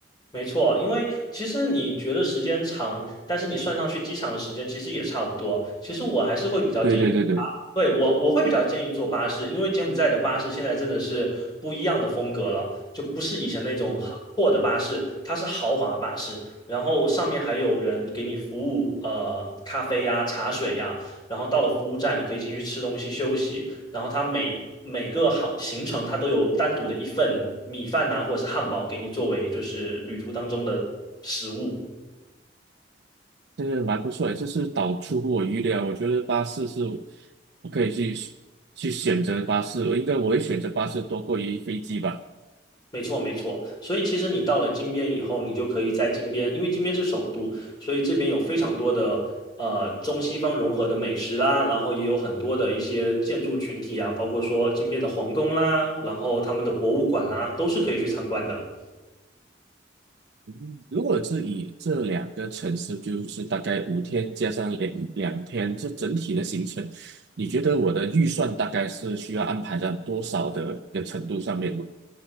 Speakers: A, on the left; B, on the right.
A: 没错，因为其实你觉得时间长，但是你算上去机场的时间其实也差不多。其实我还是会比较建议啊，
B: 对对对对。
A: 对，我我会比较建议坐巴士，因为柬埔寨的巴士现在真的是不一样的风格了，就不是以前那种很破的巴士，
B: 嗯。
A: 它是豪华巴士，然后上面还有人给你服务，呃，咖啡呀、茶水呀，然后到了服务站你可以进去吃东西休息。然后它每每个行行程它都有单独的一份米饭呐、或者是汉堡给你作为就是旅途当中的食物。
B: 这个蛮不错诶，这是倒出乎我预料。我觉得巴士是我可以去去选择巴士，我应该我会选择巴士多过于飞机吧。
A: 没错，没错。所以其实你到了金边以后，你就可以在金边，因为金边是首都，所以这边有非常多的呃中西方融合的美食啦，然后也有很多的一些建筑群体啊，包括说金边的皇宫啦，然后他们的博物馆啦，都是可以去参观的。
B: 嗯如果是以这两个城市，就是大概五天加上两两天，这整体的行程，你觉得我的预算大概是需要安排在多少的一个程度上面呢